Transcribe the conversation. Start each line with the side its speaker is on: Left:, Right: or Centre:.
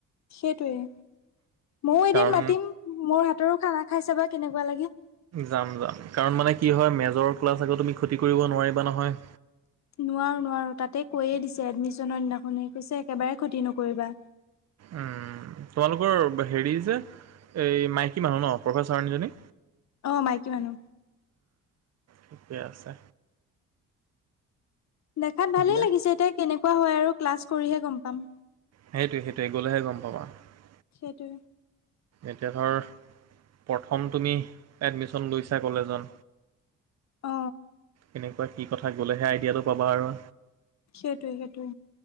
Left: সেইটোৱে, মইয়ো
Right: কাৰণ
Left: এদিন মাতিম মোৰ হাতৰো খানা খাইছাবা কেনেকুৱা লাগে।
Right: যাম যাম কাৰণ মানে কি হয় মেজৰ ক্লাছ আকৌ তুমি ক্ষতি কৰিব নোৱাৰিবা নহয়।
Left: নোৱাৰো নোৱাৰো তাতে কৈয়ে দিছে এডমিশনৰ দিনাখনে। পিছে একেবাৰে ক্ষতি নকৰিবা।
Right: উম তোমালোকৰ হেৰি যে এই মাইকী মানুহ ন' প্ৰফেচাৰনী জনী।
Left: অ' মাইকী মানুহ।
Right: ঠিকে আছে।
Left: দেখাত ভালেই
Right: দিয়া
Left: লাগিছে এতিয়া কেনেকুৱা হয় আৰু ক্লাছ কৰিহে গম পাম।
Right: সেইটোৱে সেইটোৱে গ'লেহে গম পাব আৰু।
Left: সেইটোৱে।
Right: এতিয়া ধৰ প্ৰথম তুমি এডমিশন লৈছা কলেজত।
Left: অ
Right: কেনেকুৱা কি কথা গ'লেহে আইডিয়াটো পাবা আৰু।
Left: সেইটোৱে সেইটোৱে।